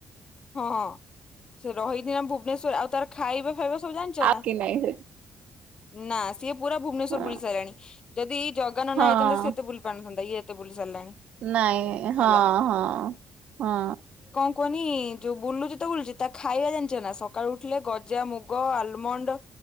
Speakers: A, on the left; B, on the right.
A: ହଁ ସେ ରହିଛି ନା ଭୁବନେଶ୍ୱର ଆଉ ତାର ଖାଇବା ଫା ଜାଣିଚ
B: ଆଉ
A: ନା
B: କି ନାଇଁ ସେଠି
A: ନା ସିଏ ପୁରା ଭୁବନେଶ୍ୱର
B: ହଁ
A: ବୁଲି ସାରିଲାଣି ଯଦି ଜଗାନନା
B: ହଁ
A: ହେଇଥାନ୍ତା ସିଏ ଏତେ ବୁଲି ପାରୁିନଥାନ୍ତା ଇଏ ଏତେ ବୁଲି ସାରିଲାଣି।
B: ନାଇଁ ହଁ
A: ହେଲା
B: ହଁ ହଁ।
A: କୁଅନି ଯୋଉ ବୁଲୁଛି ତ ବୁଲୁଚି ତା ଖାଇବା ଜାଣିଛ ନା ସକାଳୁ ଉଠିଲେ ଗଜା ମୁଗ ଆଲମଣ୍ଡ